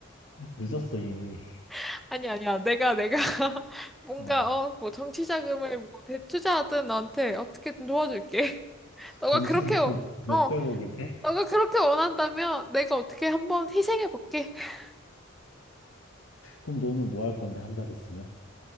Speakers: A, on the left; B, in the centre.
A: <laughs> 늦었어, 이미.
B: <laughs> 아니, 아니야. 내가, 내가, <laughs> 뭔가,
A: 어,
B: 어, 뭐, 정치 자금을 뭐, 대투자하든 너한테 어떻게든 도와줄게. <laughs> 너가
A: 전체적으로
B: 그렇게, 어,
A: <laughs> 몇백억인데?
B: 어, 너가 그렇게 원한다면 내가 어떻게 한번 희생해볼게. <laughs>
A: 그럼 너는 뭐 할 건데, 한 달 있으면?